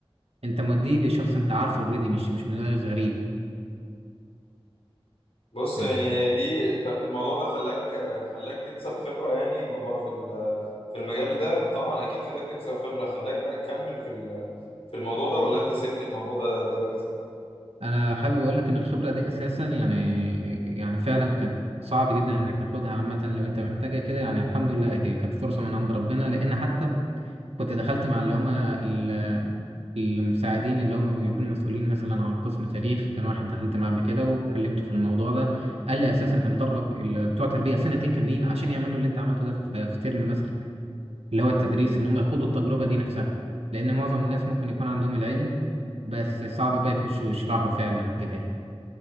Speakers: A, on the right; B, on the left.
A: انت موديه لشخص انت عارفه اوريدي مش مش مدرس غريب
B: بص
A: مم.
B: يعني هي دي ط- الموضوع ده خلاك خلاك تكسب خبرة يعني موضوع في ال- في المجال ده طبعا أكيد خلاك تكسب خبرة خلاك بقى تكمل في ال- في الموضوع ده ولا أنت سبت الموضوع ده دلوقتي؟
A: انا حابب اقول لك ان الخبره دي اساسا يعني يعني فعلا كانت صعب جدا انك تاخدها عامه لو انت محتاجها كده يعني الحمد لله هي كانت فرصه من عند ربنا لان حتى كنت دخلت مع اللي هم ال- المساعدين اللي هم بيكونوا مسؤولين مثلا عن قسم تاريخ كان واحد دخلت معاه قبل كده وكلمته في الموضوع ده قال لي اساسا احنا بندرب ال- بتوع تربيه سنتين كاملين عشان يعملوا اللي انت عملته ده في في ترم مثلا اللي هو التدريس ان هم يخوضوا التجربة دي نفسها لان معظم الناس ممكن يكون عندهم العلم بس صعب بقى يخشوا يشرحوا فعلا وكده يعني